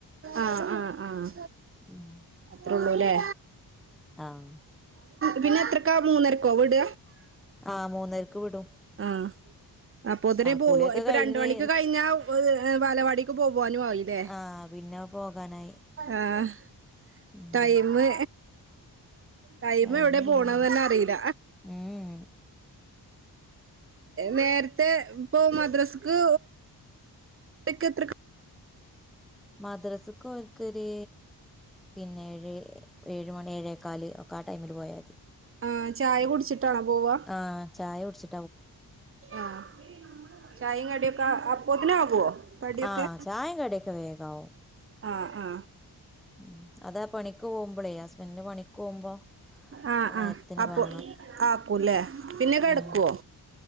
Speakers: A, on the right; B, in the centre.
A: ആഹ് ആഹ് ആഹ്
B: ഉം
A: അത്ര ഒള്ളുലെ
B: ആഹ്
A: പിന്നെ എത്രക്കാ മൂന്നരക്കോ വിട
B: ആഹ് മൂന്നര്ക്ക് വിടും
A: ആഹ് അപ്പൊത്തിന്
B: ആഹ്
A: പോവാ
B: കുളിയൊക്കെ
A: ഇപ്പൊ
B: കഴിഞ്ഞ്
A: രണ്ട് മണിക്ക് കഴിഞ്ഞാ വാലവാടിക്ക് പോകുവാനും ആയിലേ
B: ആഹ് പിന്നെ പോകാനായി
A: ആഹ്
B: ഉം
A: ടൈമ് ടൈമ്
B: ടൈമില്ല
A: ഹൗെടെ പോണന്ന്
B: പിന്നെ
A: തന്നെ അറീല്ല
B: ഉം
A: നേര്ത്തെ ഇപ്പൊ മദ്രസ്ക്ക് ഇക്കത്രക്ക
B: മദ്രസൊക്കെ ഓന്ക്കൊരു പിന്നെ ഏഴ് ഏഴ് മണി ഏഴേക്കാല് ഒക്കെ ആ ടൈമില് പോയാൽ മതി
A: ആ ചായ കുടിച്ചിട്ടാണോ പോവുവ
B: ആഹ് ചായ കുടിച്ചു
A: ആചായയും കടിയൊക്കെ അപ്പത്തിനും ആകുവോ ക ടിയൊക്കെ
B: ആഹ് ചായേം കടിയൊക്കെ വേഗാവും
A: ആ ആ
B: ഉം അതാ പണിക്ക് പോകുമ്പോളേ ഹസ്ബൻഡിന് പണിക്ക് പോകുമ്പോ
A: ആ
B: നേരത്തിന്
A: ആ അപ്പൊ
B: വേണം
A: ആക്കൂമല്ലേ പിന്നെ കിടക്കുവോ
B: ഉം